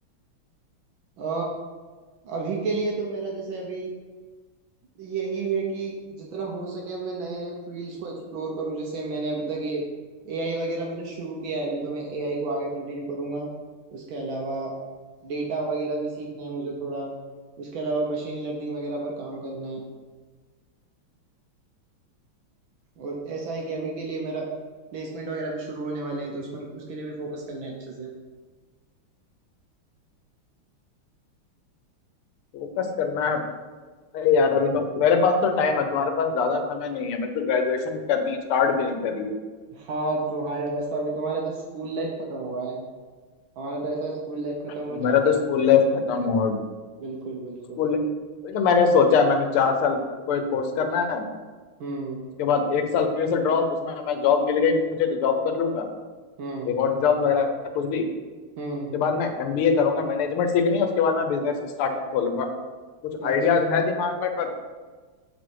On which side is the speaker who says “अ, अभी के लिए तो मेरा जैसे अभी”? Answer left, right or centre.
Right